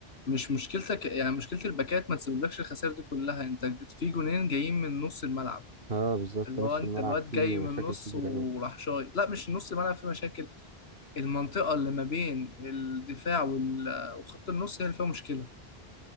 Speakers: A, on the left; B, on the right.
A: مش مشكلتك يعني مشكلة الباكات ما تسببلكش الخسائر دي كلها انت في جونين جايين من نص الملعب
B: اه بالظبط
A: اللي
B: نص
A: هو انت
B: الملعب
A: الواد
B: فيه
A: جاي
B: مشاكل
A: من النص
B: كبيرة
A: وراح
B: قوي
A: شايط لا مش نص الملعب في مشاكل المنطقة اللي ما بين الدفاع وال- وخط النص هي اللي فيها مشكلة